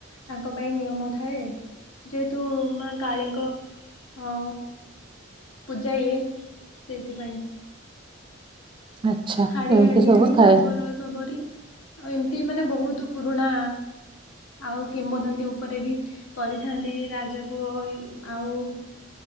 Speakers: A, on the left; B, on the right.
A: ତାଙ୍କ ପାଇଁ ନିୟମ ଥାଏ ଯେହେତୁ ମା କାଳୀଙ୍କ ହଁ ପୂଜା ଇଏ ସେଇଥିପାଇଁ।
B: ଆଚ୍ଛା
A: ହାଡି
B: ଏମିତି
A: ହାଡି
B: ସବୁ
A: ଆଣି
B: ଥାଏ
A: ଶବର ସବରି ଆଉ ଏମିତି ମାନେ ବହୁତ ପୁରୁଣା ଆଉ କିମ୍ବଦନ୍ତୀ ଉପରେ ବି କରିଥାନ୍ତି ରାଜା ପୁଅଇ ଆଉ